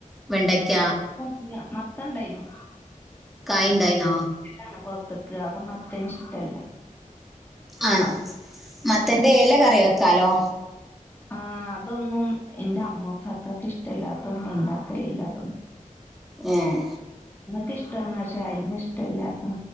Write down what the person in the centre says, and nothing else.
വെണ്ടയ്ക്ക
കായ്ണ്ടയ്നോ
ആണോ മത്തന്റെ എല കറി വെക്കാലോ
ഏഹ്